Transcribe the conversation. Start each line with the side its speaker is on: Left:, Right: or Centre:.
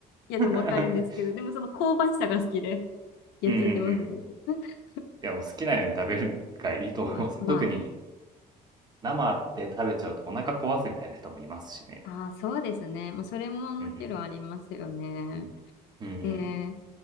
Left: や、
Right: う
Left: でもわかるんですけど、でもその香ばしさが好きで、やっちゃってますね。
Right: んうんうん。
Left: <laughs>
Right: いやもう好きなように食べるがいいと思いますよ。
Left: まあ、ま
Right: 特に生で食べちゃうとお腹壊すみたいな人もいますしね。
Left: あ、あー、そうですね。もうそれももちろんありますよね。
Right: うんうん。うんうん。
Left: えー、